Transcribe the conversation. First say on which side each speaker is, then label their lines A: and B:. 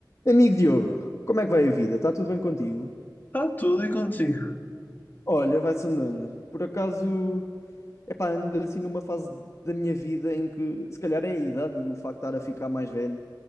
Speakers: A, on the left (about 40°); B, on the left (about 25°).
A: Amigo Diogo, como é que vai a vida? Está tudo bem contigo?
B: Está tudo e contigo.
A: Olha, vai-se andando. Por acaso, epá, ando assim numa fase da minha vida em que se calhar é a idade e o facto de estar a ficar mais velho.